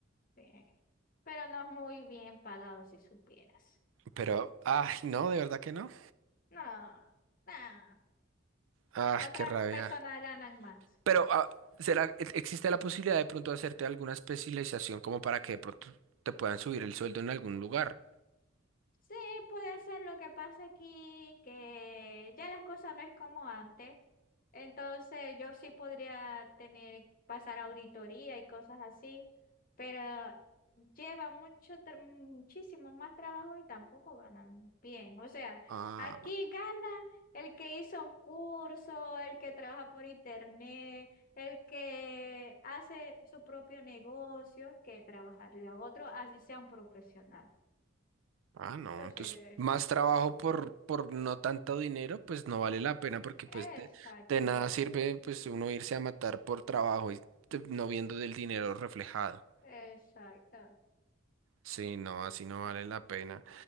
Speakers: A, on the left; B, on the right.
A: Sí, Pero no es muy bien pagado si supieras.
B: Pero, ay, no, de verdad que no.
A: No, no.
B: Ah,
A: Otras
B: qué rabia.
A: personas ganan más.
B: Pero, ah, ¿será, e, existe la posibilidad de pronto hacerte alguna especialización como para que de pronto te puedan subir el sueldo en algún lugar?
A: Sí, puede ser lo que pasa aquí, que ya las cosas no es como antes. Entonces yo sí podría tener, pasar auditoría y cosas así, pero lleva mucho, tra- muchísimo más trabajo y tampoco ganan bien. O sea,
B: Ah,
A: aquí gana el que hizo un curso, el que trabaja por internet, el que hace su propio negocio, que trabajarle a otro, así sea un profesional.
B: ah, no.
A: Entonces...
B: Entonces, más trabajo por, por no tanto dinero, pues no vale la pena porque pues
A: Exacto,
B: de, de nada sirve pues uno irse a matar por trabajo y te- no viendo del dinero reflejado.
A: exacto.
B: Sí, no, así no vale
A: Eh,
B: la pena.